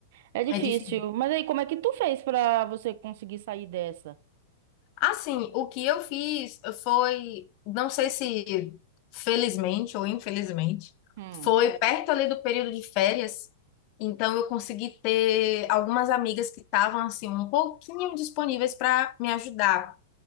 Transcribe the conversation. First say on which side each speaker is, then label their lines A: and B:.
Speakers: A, on the right; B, on the left.
A: é difícil.
B: é difícil.
A: Mas aí, como é que tu fez pra você conseguir sair dessa?
B: Assim, o que eu fiz foi, não sei se felizmente ou infelizmente,
A: Hum.
B: foi
A: <laughs>
B: perto ali do período de férias. Então eu consegui ter algumas amigas que estavam assim um pouquinho disponíveis para me ajudar.